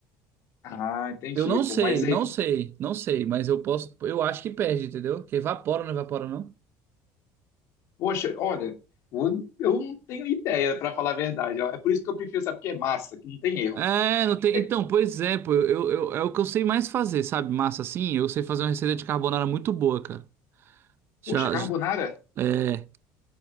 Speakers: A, on the left; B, on the right.
A: Ah, entendi,
B: Eu não
A: pô.
B: sei,
A: Mas
B: não
A: aí tu,
B: sei, não sei, mas eu posso, eu acho que perde, entendeu? Que evapora, não evapora, não?
A: poxa, olha, eu eu não tenho ideia, pra falar a verdade, ó. É por isso que eu prefiro, sabe, que é massa, que não tem erro.
B: É, não tem.
A: É,
B: Então, pois é, pô, eu, eu- é o que eu sei mais fazer, sabe? Massa assim, eu sei fazer uma receita de carbonara muito boa, cara. Já,
A: poxa, carbonara?
B: j- é,